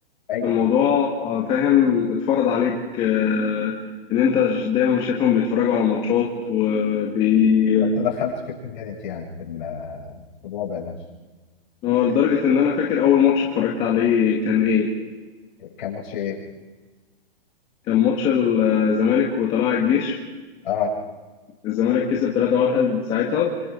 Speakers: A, on the left (about 50°); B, on the left (about 15°).
A: ايوه
B: الموضوع آه، فاهم اتفرض عليك آه، ان انت ش- دايما شايفهم بيتفرجوا على ماتشات وبي
A: حتى دخلت في الكوميونتي يعني في ال- في الوضع ده
B: اه لدرجة ان انا فاكر اول ماتش اتفرجت عليه كان ايه
A: كان ماتش ايه؟
B: كان ماتش الزمالك وطلائع الجيش
A: اه
B: الزمالك كسب 3-1 ساعتها